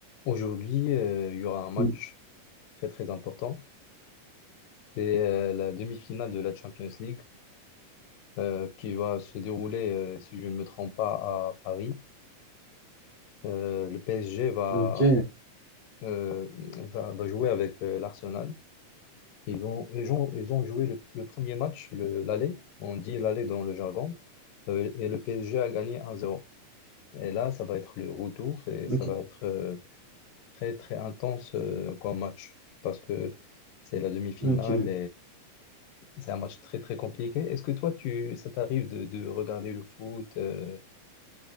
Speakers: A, on the left; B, on the right.
A: Aujourd'hui, euh, il y aura un match
B: Mm.
A: très très important. C'est euh, la demi-finale de la Champions League euh, qui va se dérouler, euh, si je ne me trompe pas, à Paris. Euh, le PSG va,
B: Ok,
A: euh, va, va jouer avec euh, l'Arsenal. Ils ont, ils ont, ils ont joué le, le premier match, le- l'aller. On dit l'aller dans le jargon. Euh, et le PSG a gagné 1-0. Et là, ça va être le retour et
B: ok,
A: ça va être euh, très très intense euh, comme match parce que c'est la demi-finale
B: ok.
A: C'est un match très très compliqué. Est-ce que toi, tu, ça t'arrive de, de regarder le foot euh,